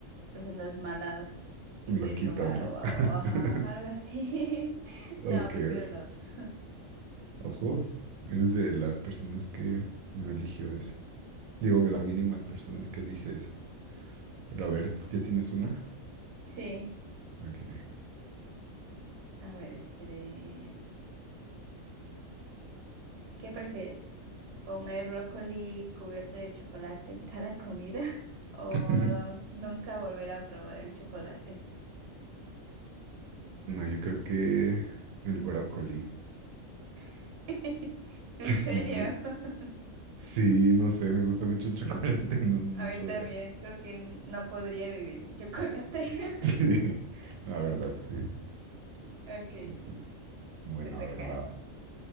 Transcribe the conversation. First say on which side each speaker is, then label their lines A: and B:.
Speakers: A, on the right; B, on the right.
A: personas malas te
B: Un
A: quieren
B: loquito,
A: robar
B: ¿no?
A: o, o-
B: <laughs>
A: ajá, algo así? <laughs>
B: Ok,
A: No, prefiero
B: ok.
A: lo otro.
B: Ojo, eres de las personas que no eligió eso. Digo, que la mínima personas que elige eso. Pero a ver, ¿ya tienes una?
A: Sí,
B: Ok.
A: a ver, este de... ¿Qué prefieres? ¿Comer brócoli cubierto de chocolate en cada comida <laughs> o
B: <laughs>
A: nunca volver a probar el chocolate?
B: No, yo creo que el brócoli. <laughs>
A: <laughs> ¿En
B: Sí,
A: serio?
B: sí, sí.
A: <laughs>
B: Sí, no sé, me gusta mucho el chocolate, <laughs> no, no
A: A mí
B: podría.
A: también, creo que no podría vivir sin chocolate. <laughs>
B: <laughs> Sí, la verdad, sí.
A: Ok,
B: Sí, sí. Bueno,
A: te toca.
B: a ver, va.